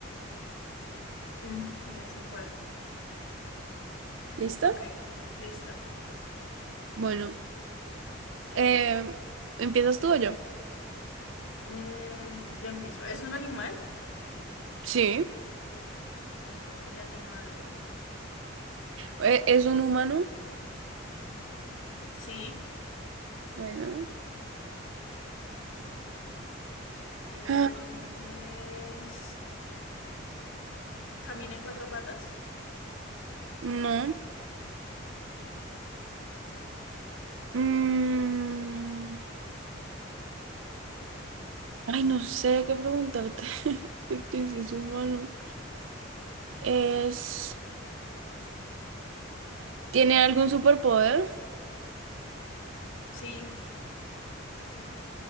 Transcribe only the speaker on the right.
¿Listo?
Bueno, em, ¿empiezas tú o yo?
Sí.
¿E- ¿Es un humano?
Bueno.
<gasps> Ah,
No. Mm, ay, no sé qué preguntarte <laughs> de que si es humano. Es, ¿tiene algún superpoder?